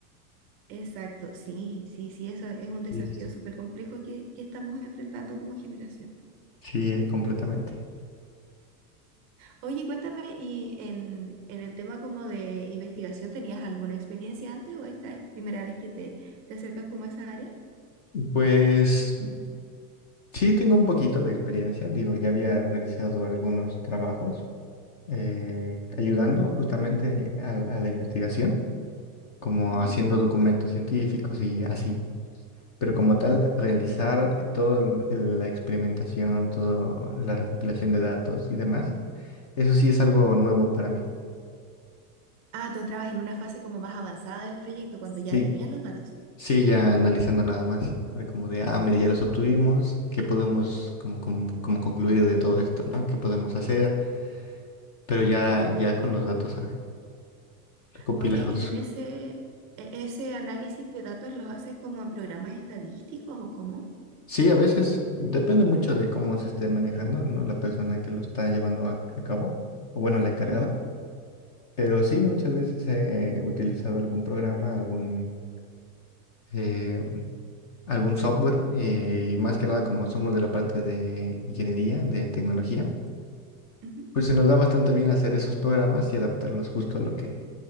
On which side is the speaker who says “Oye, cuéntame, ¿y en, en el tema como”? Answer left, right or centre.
Right